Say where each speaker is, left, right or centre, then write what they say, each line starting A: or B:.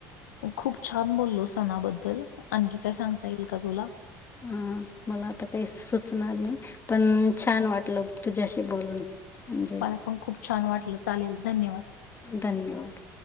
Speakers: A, on the left; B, on the left.
A: खूप छान बोललो सणाबद्दल आणखी काय सांगता येईल का तुला.
B: ह मला आता काही सुचणार नाही पण छान वाटल तुझ्याशी बोलून. म्हणजे
A: मला पण खूप छान वाटल चालेल धन्यवाद.
B: धन्यवाद.